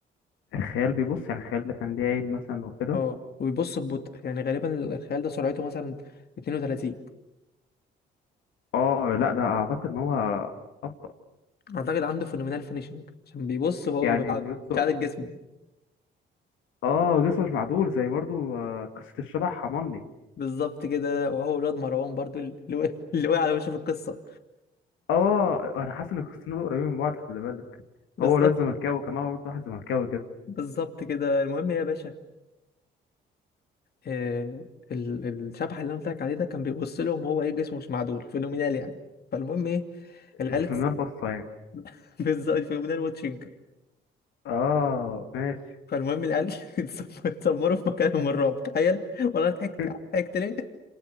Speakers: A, on the left (about 80°); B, on the left (about 55°).
A: الخيال بيبص يعني الخيال ده كان ليه عين مثلا وكده
B: اه وبيبص ببطء يعني غالبا الخيال ده سرعته مثلا 32
A: اه لا ده اعتقد ان هو ابطأ
B: اعتقد عنده فينومينال فينيشنج عشان بيبص وهو
A: يعني
B: مش عا-
A: بيبص
B: مش عادل جسمه
A: اه جسمه مش معدول زي برضه آه، قصه الشبح حماني
B: بالظبط كده وهو ولاد مروان برضو اللي وقع اللي وقع على وشه في القصة
A: اه انا حاسس ان القصتين دول قريبين من بعض خلي بالك
B: بالظبط
A: هو ولاد زملكاوي كمان برضه واحد زملكاوي كده
B: بالظبط كده المهم إيه يا باشا آه ال- الشبح اللي انا قلت لك عليه ده كان بيبص لهم وهو ايه جسمه مش معدول فينومينال يعني فالمهم ايه العيال
A: الفينومينال
B: اتس-
A: بصة يعني
B: <laughs> بالظبط الفينومينال واتشنج
A: اه ماشي
B: فالمهم العيال <laughs> اتسم- اتسمروا في مكانهم من الرعب تخيل والله ضحكت
A: <laughs>
B: ضحكت ليه؟